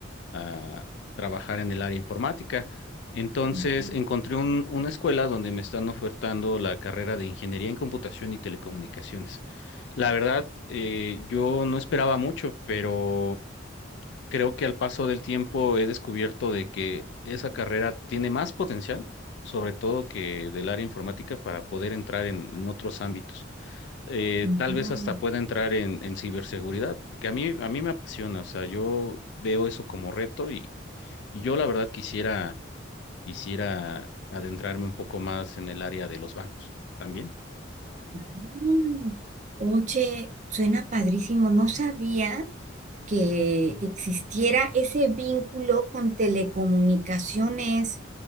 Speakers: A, on the left; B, on the right.
A: a trabajar en el área informática. Entonces
B: Ujú,
A: encontré un- una escuela donde me están ofertando la carrera de Ingeniería en Computación y Telecomunicaciones. La verdad, eh, yo no esperaba mucho, pero creo que al paso del tiempo he descubierto de que esa carrera tiene más potencial, sobre todo que del área informática, para poder entrar en, en otros ámbitos. Eh,
B: ujú.
A: tal vez hasta pueda entrar en, en ciberseguridad, que a mí, a mí me apasiona, o sea, yo veo eso como reto y, y yo la verdad quisiera, quisiera adentrarme un poco más en el área de los bancos también.
B: Mm, Oye, suena padrísimo. No sabía que existiera ese vínculo con telecomunicaciones.